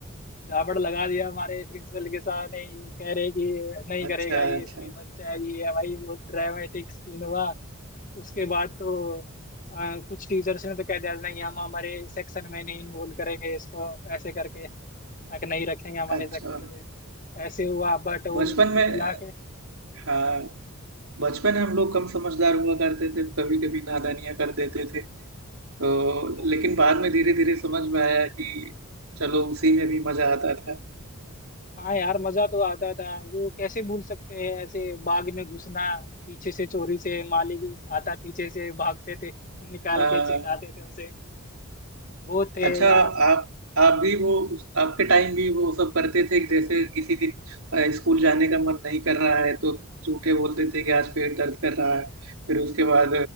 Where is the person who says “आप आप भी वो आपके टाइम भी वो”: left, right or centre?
Right